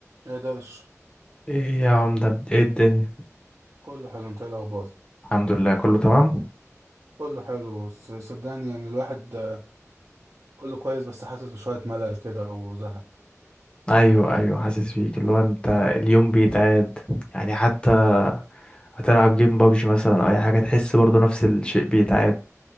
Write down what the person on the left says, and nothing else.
ايه يا عمدة ايه الدنيا
الحمد لله كله تمام
ايوه ايوه حاسس بيك اللي هو انت اليوم بيتعاد يعني حتى
هتلعب جيم بابجي مثلا او اي حاجة تحس برضو نفس الشيء بيتعاد